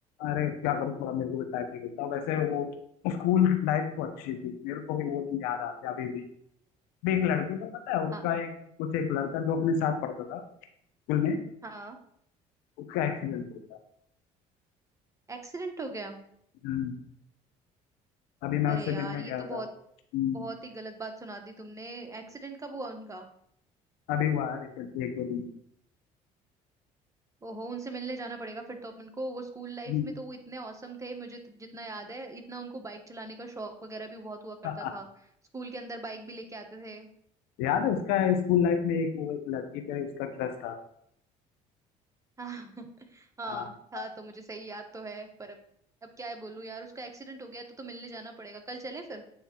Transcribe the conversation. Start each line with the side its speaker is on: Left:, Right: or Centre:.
Left: अरे क्या करूँ थोड़ा मेरे को भी टाइम नहीं मिलता वैसे वो स्कूल लाइफ तो अच्छी थी मेरे को भी वो दिन याद आते हैं अभी भी भी एक लड़के का पता है उसका
Right: हाँ
Left: एक कुछ एक लड़का जो अपने साथ पढ़ता था स्कूल में
Right: हाँ
Left: उसका एक्सीडेंट हो गया
Right: एक्सीडेंट हो गया
Left: हम्म अभी मैं
Right: अरे
Left: उससे
Right: यार
Left: मिलने
Right: ये
Left: गया
Right: तो
Left: था
Right: बहुत
Left: हम्म
Right: बहुत ही गलत बात सुना दी तुमने एक्सीडेंट कब हुआ उनका
Left: अभी हुआ है रिसेंटली एक दो दिन
Right: ओहो उनसे मिलने जाना पड़ेगा फिर तो अपन को वो स्कूल लाइफ
Left: हम्म।
Right: में तो वो इतने औसम थे मुझे तो जितना याद है इतना उनको बाइक चलाने का शौक वगैरह भी बहुत हुआ करता
Left: <laughs>
Right: था स्कूल के अंदर बाइक भी लेके आते थे
Left: याद है उसका स्कूल लाइफ में एक वो एक लड़की पे उसका क्रश था
Right: हाँ <laughs>
Left: हाँ
Right: हाँ था तो मुझे सही याद तो है पर अब अब क्या है बोलूं यार उसका एक्सीडेंट हो गया तो तो मिलने जाना पड़ेगा कल चलें फिर